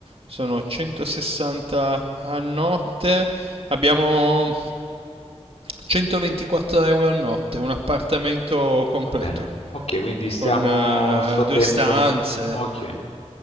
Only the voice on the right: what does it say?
sono 160 a notte. Abbiamo 124 euro a notte, un appartamento completo
con eh,
due stanze.